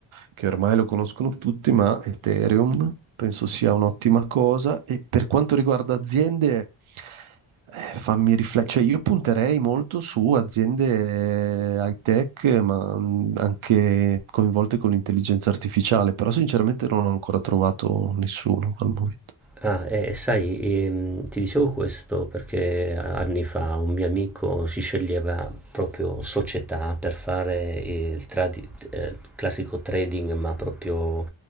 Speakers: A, on the right; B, in the centre.
A: che ormai lo conoscono tutti, ma Ethereum penso sia un'ottima cosa. E per quanto riguarda aziende... Eh, fammi riflettere, cioè io punterei molto su aziende eh, high tech, ma mm, anche coinvolte con l'intelligenza artificiale, però sinceramente non ho ancora trovato nessuno al momento.
B: Ah, e e sai, ehm, ti dicevo questo perché anni fa un mio amico si sceglieva proprio società per fare il tradi- eh, classico trading, ma proprio